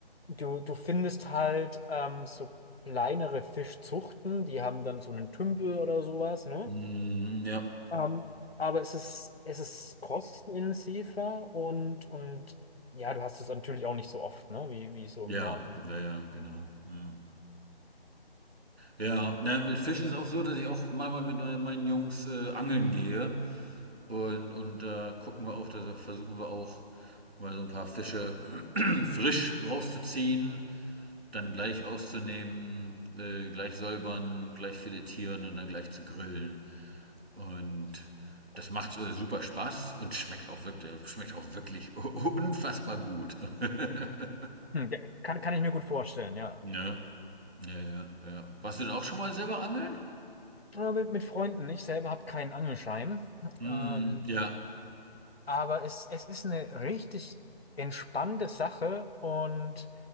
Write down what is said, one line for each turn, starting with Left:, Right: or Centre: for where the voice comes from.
Left: du, du findest halt ähm, so kleinere Fischzuchten, die haben dann so einen Tümpel oder sowas, ne?
Right: Hm, ja.
Left: Ähm, aber es ist, es ist kostenintensiver und, und ja, du hast es natürlich auch nicht so oft, ne, wie, wie so
Right: Ja,
Left: im Norden.
Right: ja, ja, genau. Ja. Ja, na, mit Fischen ist auch so, dass ich auch manchmal mit äh, meinen Jungs äh, angeln gehe. Und, und da gucken wir auch, da versuchen wir auch mal so ein paar Fische <clears throat> frisch rauszuziehen, dann gleich auszunehmen, äh, gleich säubern, gleich filetieren und dann gleich zu grillen. Und das macht äh, super Spaß und schmeckt auch wirklich, schmeckt auch wirklich <laughs> unfassbar gut. <laughs>
Left: Hm, ja, kann, kann ich mir gut vorstellen, ja.
Right: Ja, ja, ja, ja. Warst du denn auch schon mal selber angeln?
Left: Aber mit, mit Freunden, ich selber habe keinen Angelschein.
Right: Hm,
Left: Ähm,
Right: ja.
Left: aber es, es ist eine richtig entspannte Sache und